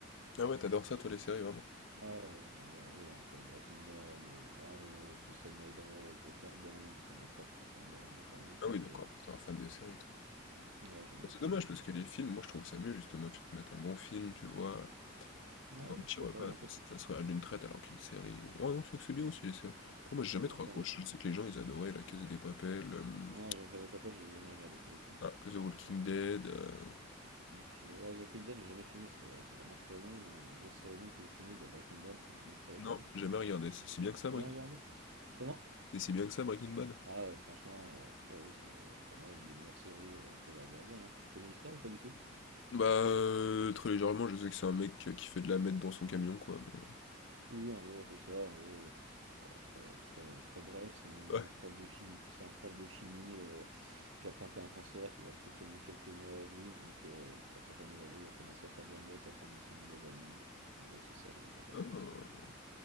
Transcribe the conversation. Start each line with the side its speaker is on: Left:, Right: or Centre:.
Left: Ah ouais, t'adores ça toi, les séries, vraiment?
Right: Ah, j'en ai regardé entre Breaking Bad, euh, Arrow, To Sell My Drugs, Outer Banks, et encore, je pourrais t'en dire longtemps, longtemps
Left: Ah oui,
Right: que
Left: d'accord, t'es un fan des séries, toi.
Right: ouais, j'aime
Left: Bah,
Right: beaucoup,
Left: c'est dommage
Right: donc...
Left: parce
Right: euh,
Left: que les films, moi je trouve ça mieux justement, tu te mates un bon film, tu vois,
Right: Ouais,
Left: t'as un petit
Right: je sais
Left: repas,
Right: pas, j'ai un peu
Left: ça
Right: plus...
Left: ça se regarde d'une traite alors qu'une série, bon, ah non, c'est vrai que c'est bien
Right: Non,
Left: aussi les séries. pour moi j'ai jamais
Right: Ou
Left: trop
Right: après,
Left: accroché,
Right: les films.
Left: je sais que les gens ils adoraient La Casa des Papel, hem,
Right: Non, j'ai regardé pas mal, j'ai jamais regardé pour le coup.
Left: ah, The Walking Dead, heu,
Right: Donc, euh, ouais, The Quick Dead, j'ai jamais fini parce qu'elle était vraiment très longue, mais en grosse série longue que j'ai fini, bah Breaking Bad, qui est une longue série
Left: non,
Right: quand même.
Left: jamais regardé, c'est si bien que ça
Right: J'ai
Left: Breaking
Right: Jamais regardé.
Left: Bad.
Right: Comment?
Left: c'est si bien que ça Breaking Bad?
Right: Ah, euh, franchement, euh, ouais, oui, c'est euh, pour moi une des meilleures séries euh, que j'ai regardées. hein. Tu connais l'histoire ou pas du tout?
Left: Bah, heu, très légèrement, je sais que c'est un mec, qui fait de la meth dans son camion quoi, mais
Right: Oui, en gros, c'est ça. En gros, euh, c'est pour être euh, très très bref, c'est un
Left: heu
Right: prof de chimie, c'est un prof de chimie euh, qui apprend qu'il a un cancer, qui lui reste que quel- quelques mois à vivre. Donc, euh, pour sa famille à l'abri, il a commencé à faire de la meth avec un ancien élève à lui. En gros, c'est ça le- la base
Left: Ah.
Right: de l'histoire.